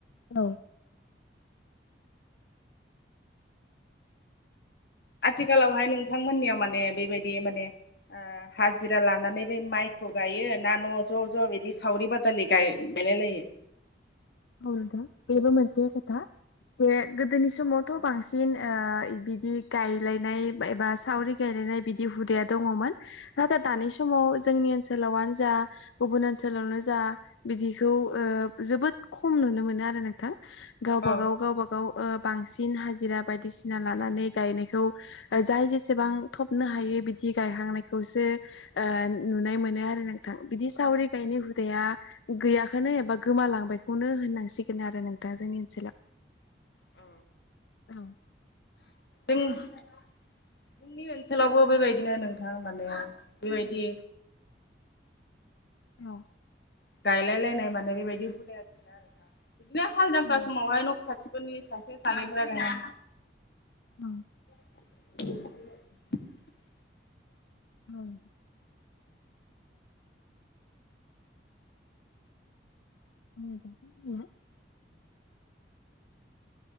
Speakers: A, on the left; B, on the left.
A: औ
B: आथिखालावहाय नोंथांमोननियाव माने बेबायदि माने ओ हाजिरा लानानै बे माइखौ गायो ना न' ज' ज' बिदि सावरि बादालि गाय गायलायलायो
A: औ नोंथां बेबो मोनसे खोथा। बे गोदोनि समावथ' बांसिन ओ बिदि गायलायनाय एबा सावरि गाय नाय बि हु दंङमोन नाथाय दानि समाव जोंनि ओनसोलावनो जा गुबुन ओनसोल नो जा बिदिखौ ओ जोबोद खम नुनो मोनो आरो नोंथां गावबा
B: औ
A: गाव गावबा गाव ओ बांसिन हाजिरा बायदिसिना लानानै गायनायखौ जाय जेसेबां थबनो हायो बिदि गायहांनायखौसो ओ नुनाय मोनो आरो नोंथां बिदि सावरि गायनाय हुदाया गैयाखौनो एबा गोमालांबायखौनो होननांसिगोन आरो नोंथां जोंनि ओनसोलाव
B: औ
A: औ
B: <unintelligible> जोंनि ओनसोलावबो बेबायदिनो नोंथां माने बेबायदि
A: औ
B: गायलाय लायनाय माने बेबायदि हुदाया गैला आरोना बिदिनो हाल जांख्रा
A: औ
B: समावहाय न' खाथि फोरनि सासे सानैफोरा गायो
A: औ
B: <inaudible>
A: औ <unintelligible>